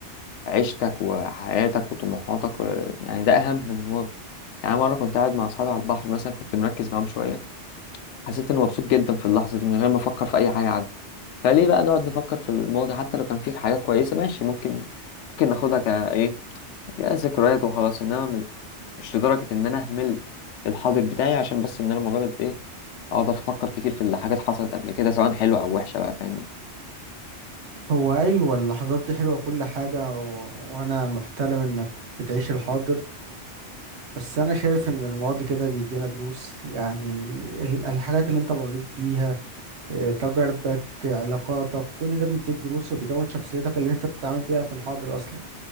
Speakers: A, on the left; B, on the right.
A: عيشتك وحياتك وطموحاتك و- يعني ده أهم من الماضي يعني مرة كنت قاعد مع أصحابي على البحر مثلا كنت مركز معاهم شوية حسيت إني مبسوط جدا في اللحظة دي من غير ما أفكر في أي حاجة عادي فليه بقى نقعد نفكر في الماضي حتى لو كان فيه حاجات كويسة ماشي ممكن ممكن ناخدها كإيه يا ذكريات وخلاص انما م- مش لدرجة ان انا اهمل الحاضر بتاعي عشان بس ان انا مجرد ايه اقعد افكر كتير في اللي حاجات حصلت قبل كده سواء حلوة او وحشة بقى فاهم
B: هو أيوة اللحظات دي حلوة كل حاجة و... وأنا محترم إنك بتعيش الحاضر بس أنا شايف إن الماضي كده بيدينا دروس يعني ال- الحاجات اللي أنت مريت بيها آه، تجاربك آه، علاقاتك كل ده بيديك دروس وبيكون شخصيتك اللي أنت بتتعامل بيها في الحاضر أصلا